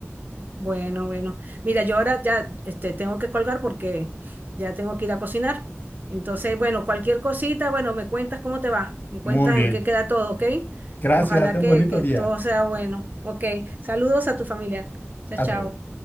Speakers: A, on the right; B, on the left.
A: Bueno, bueno. Mira, yo ahora ya este, tengo que colgar porque ya tengo que ir a cocinar. Entonces, bueno, cualquier cosita, bueno, me cuentas cómo te va, me
B: Muy
A: cuentas
B: bien.
A: en qué queda todo, ¿ok?
B: Gracias.
A: Ojalá
B: Ten
A: que,
B: un bonito
A: que
B: día.
A: todo sea bueno. Ok, saludos a tu familia. Chao,
B: Hasta
A: chao.
B: luego.